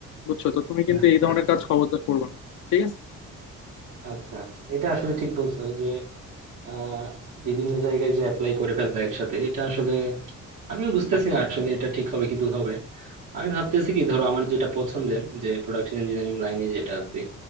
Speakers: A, on the left; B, on the right.
A: বুঝছো তো তুমি কিন্তু
B: আচ্ছা
A: এই ধরনের
B: আচ্ছা
A: কাজ খবরদার করবে না ঠিক আছে
B: আচ্ছা আচ্ছা এটা আসলে ঠিক বলছো এই যে আহ বিভিন্ন জায়গায় যে অ্যাপ্লাই করে ফেলে একসাথে এটা আসলে আমিও বুঝতেছি না আসলে এটা ঠিক হবে কি ভুল হবে আমি ভাবতেছি কি ধরো আমার যেটা পছন্দের যে প্রোডাকশন ইঞ্জিনিয়ারিং লাইনে যেটা আছি